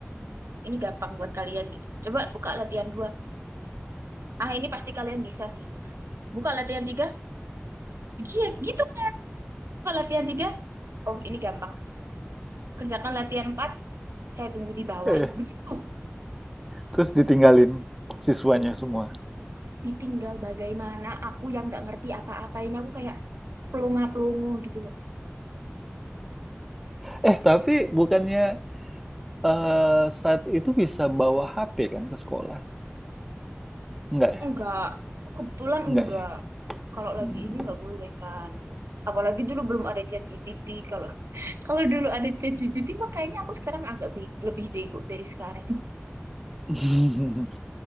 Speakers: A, on the right (about 80°); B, in the centre.
A: ini gampang buat kalian gitu coba buka latihan dua ah ini pasti kalian bisa sih buka latihan tiga Iya, gitu buka latihan tiga oh ini gampang. Kerjakan latihan empat saya tunggu di bawah.
B: Eh,
A: Begitu.
B: terus ditinggalin siswanya semua.
A: Ditinggal bagaimana aku yang nggak ngerti apa-apain. Aku kayak pelongo-pelongo gitu loh.
B: Eh, tapi bukannya, eee, saat itu bisa bawa HP kan ke sekolah? Enggak ya?
A: Enggak. Kebetulan
B: Enggak
A: enggak.
B: ya?
A: Kalau
B: Mmm,
A: lagi ini nggak boleh kan. Apalagi dulu belum ada ChatGPT. Kalau <laughs> kalau dulu ada ChatGPT mah kayaknya aku sekarang agak be- lebih bego dari sekarang.
B: mmm.